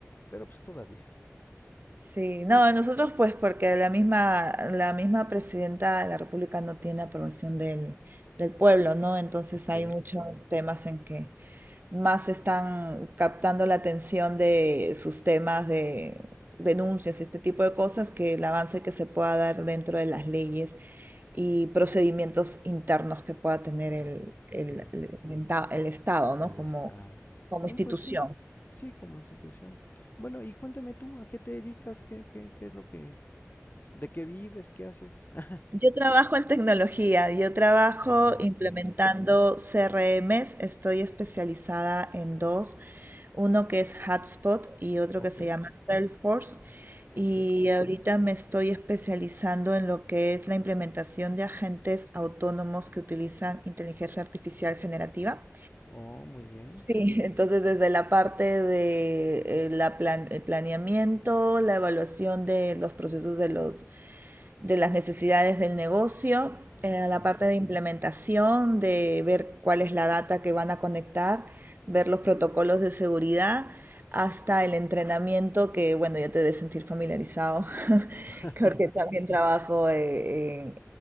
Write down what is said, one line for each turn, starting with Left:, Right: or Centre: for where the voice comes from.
Left: pero pues todavía.
Right: Sí, no, nosotros pues porque la misma, la misma presidenta de la República no tiene aprobación del, del pueblo, ¿no? Entonces
Left: Ok,
Right: hay muchos temas en que más están captando la atención de sus temas de denuncias y este tipo de cosas que el avance que se pueda dar dentro de las leyes y procedimientos internos que pueda tener el,
Left: ok.
Right: el- el enta- el Estado, ¿no?
Left: El
Right: Como,
Left: Estado.
Right: como
Left: Oh,
Right: institución.
Left: pues sí, sí, como institución. Bueno, y cuéntame tú, ¿a qué te dedicas? ¿Qué, qué, qué es lo que... ¿De qué vives? ¿Qué haces? <laughs>
Right: Yo trabajo en tecnología, yo trabajo
Left: ah,
Right: implementando
Left: ok,
Right: CRMs, estoy especializada en dos, uno que es Hotspot y otro
Left: ok,
Right: que se llama Salesforce.
Left: ok.
Right: Y ahorita me estoy especializando en lo que es la implementación de agentes autónomos que utilizan inteligencia artificial generativa.
Left: Oh, muy bien,
Right: Sí, <laughs> entonces desde la parte de eh, la plan- el planeamiento, la evaluación de los procesos de los de las necesidades del negocio, eh,
Left: ok.
Right: la parte de implementación, de ver cuál es la data que van a conectar, ver los protocolos de seguridad, hasta el entrenamiento, que bueno, ya te debes sentir familiarizado, <laughs>
Left: <laughs>
Right: porque también trabajo eh, en,